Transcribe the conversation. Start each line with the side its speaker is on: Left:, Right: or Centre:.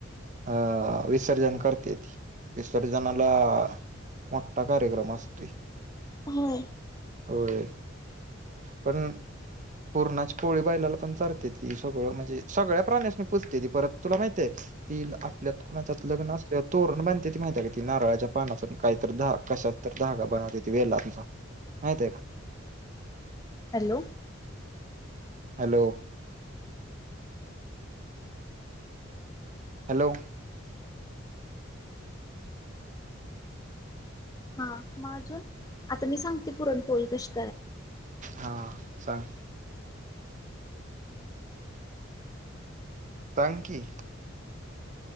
Right: अं विसर्जन करते ती विसर्जनाला मोठठा कार्यक्रम असतोय.
Left: होय.
Right: होय. पण पूर्णाची पोळी बायलाला पण चारते ती, सगळं म्हणजे सगळ्या प्राणीस मी पूजते ती परत तुला माहतीय ती आपल्यात कुणाच्या लग्न असल्या तोरण बनते ती माहिती का क ती नारळाच्या पानाच काही तर धागा कशात तर धगा बन ह तिथती वेळ ला तमचा माहित आहे का?
Left: हॅलो!
Right: हॅलो! हॅलो!
Left: हा मग अजून आता मी सांगते पुरणपोळी कशी
Right: हा सांग. सांग की.